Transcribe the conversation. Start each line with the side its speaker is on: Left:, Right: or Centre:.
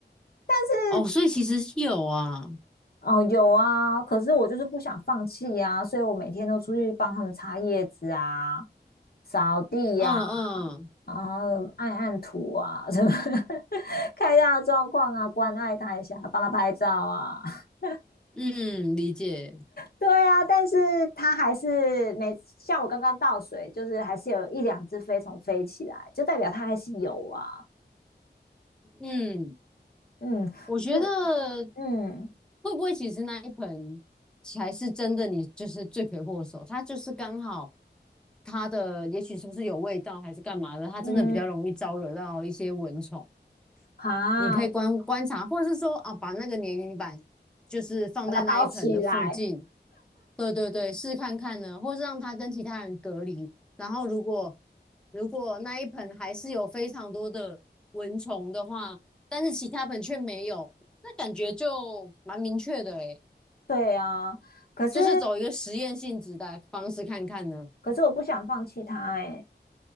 Left: 但是
Centre: 哦，所以其实是有啊，
Left: 哦有啊，可是我就是不想放弃啊，所以我每天都出去帮他们擦叶子啊、扫地呀、
Centre: 嗯嗯
Left: 然后按按土啊，什么 <laughs> 看一下状况啊，关爱他一下，帮他拍照啊。<laughs>
Centre: 嗯，理解，
Left: 对啊，但是他还是每像我刚刚倒水，就是还是有一两只飞虫飞起来，就代表他还是有啊。
Centre: 嗯。
Left: 嗯，
Centre: 我觉得
Left: 是，嗯
Centre: 会不会其实那一盆才是真的你就是罪魁祸首？它就是刚好它的也许是不是有味道还是干嘛的，它真的比较容易招惹到一些蚊虫。
Left: 嗯，啊，
Centre: 你可以观观察，或者是说啊，把那个粘蝇板就是放在那一盆的附近，
Left: 把它包起来。
Centre: 对对对，试看看呢，或是让他跟其他人隔离。然后如果如果那一盆还是有非常多的蚊虫的话，但是其他盆却没有，那感觉就蛮明确的诶，
Left: 对啊，可是
Centre: 就是走一个实验性质的方式看看呢。
Left: 可是我不想放弃它哎、